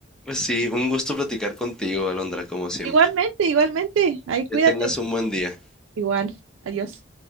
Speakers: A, in the centre; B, on the right.
A: Pues sí, un gusto platicar contigo, Alondra, como siempre.
B: Igualmente, igualmente. Ay, cuídate.
A: Que tengas un buen día.
B: Igual. Adiós.